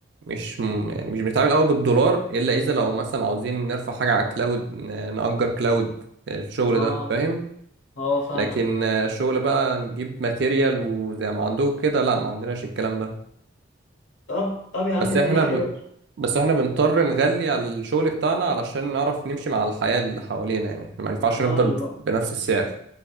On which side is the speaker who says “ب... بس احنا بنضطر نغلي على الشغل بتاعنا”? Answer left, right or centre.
Right